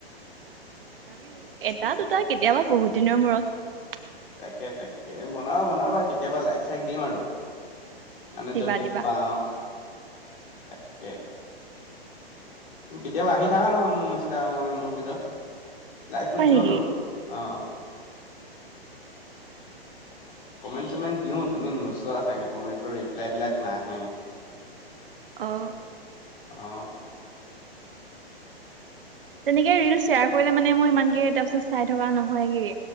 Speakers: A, on the right; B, on the left.
A: তথাপিও এটা দুটা কেতিয়াবা বহুত দিনৰ মূৰত।
B: তাকে তাকে বনাবা বনাবা কেতিয়াবা লাইক চাইক দিম আৰু। মানে
A: দিবা
B: যদি
A: দিবা
B: পাওঁ তাকে কেতিয়াবা আহি থাকা নহয় মোৰ ইনষ্টাগ্ৰামৰ মোৰ ভিতৰত লাইকটো
A: হয়
B: দিওঁতো
A: নেকি
B: অ।
A: <unintelligible>
B: কমেণ্ট চমেণ্ট দিওঁ তুমি নোচোৱা চাগে কমেণ্টৰ ৰিপ্লাইবিলাক নাহে।
A: আহঁ!
B: আহ!
A: তেনেকে ৰিল শ্বেয়াৰ কৰিলে মানে মই ইমানকে তাৰপিছত চাই থকা নহয়গে।